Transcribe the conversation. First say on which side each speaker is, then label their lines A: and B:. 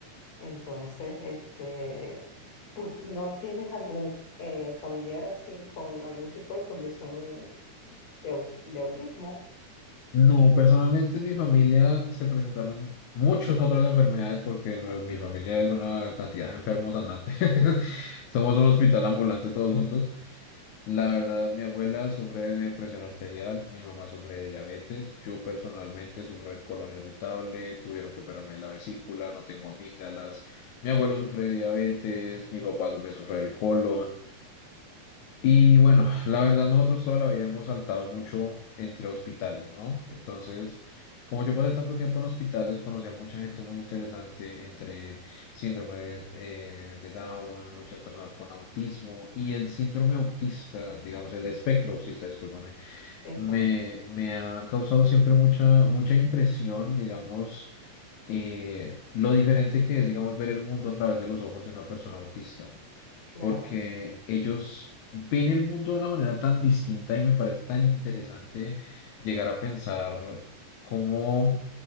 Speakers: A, on the left; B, on the left.
A: Entonces, este, ¿tú no tienes algún eh, familiar así con algún tipo de condición de, au- de autismo?
B: No, personalmente en mi familia se presentaron muchas otras enfermedades porque lo- mi familia es una cantidad de enfermos andantes. <laughs> Somos un hospital ambulante todos juntos. La verdad, mi abuela sufre de presión arterial, mi mamá sufre de diabetes, yo personalmente sufro de colon irritable, tuvieron que operarme de la vesícula, no tengo amígdalas, mi abuelo sufre de diabetes, mi papá su- me sufre del colon. Y bueno, la verdad nosotros toda la vida hemos saltado mucho entre hospitales, ¿no? Entonces, como yo pasé tanto tiempo en hospitales, conocí a mucha gente muy interesante entre síndrome eh, de Down, muchas personas con autismo y el síndrome autista, digamos, el espectro autista, discúlpame,
A: Exacto,
B: me, me ha causado siempre mucha, mucha impresión, digamos, eh, lo diferente que es, digamos, ver el mundo a través de los ojos de una persona autista
A: claro.
B: porque ellos ven el mundo de una manera tan distinta y me parece tan interesante llegar a pensar cómo,